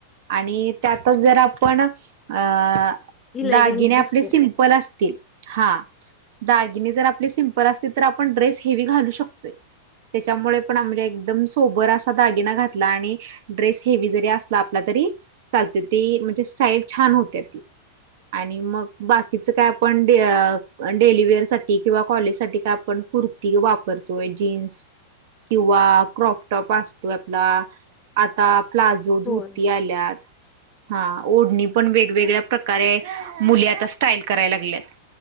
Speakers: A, on the right; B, on the left.
A: आणि त्यातच जर आप पण अह
B: इलेगंट
A: दागिने आपले
B: दिसतोय
A: सिंपल अस तील हा दागिने जर आपले सिंपल असतील, तर आपण ड्रेस हेवी घालू शकतोय. त्याच्यामुळे पण अम्म म्हणजे एकदम सोबर असा दागिना घात ला आणि ड्रेस हेवी जरी असला आपला तरी चालतो ती म्हणजे स्टाईल छान होत्या ती. आणि मग बाकीचं काय आपण डे अह अह डेलीवेअरसाठी किंवा कॉलेजसाठी काय आपण कुर्ती वापरतोय, जीन्स किंवा क्रॉपटॉप असतोय आपला आता प्लाझो,
B: होय.
A: धोती आल्यात. हा ओढणी पण वेगवेगळ्या प्रकारे मुली आता स्टाईल कराय लागल्यात.